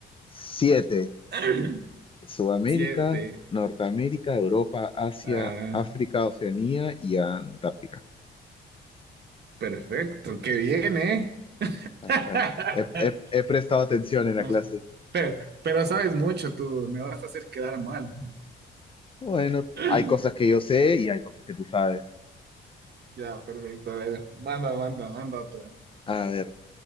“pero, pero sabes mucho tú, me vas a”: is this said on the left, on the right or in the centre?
Right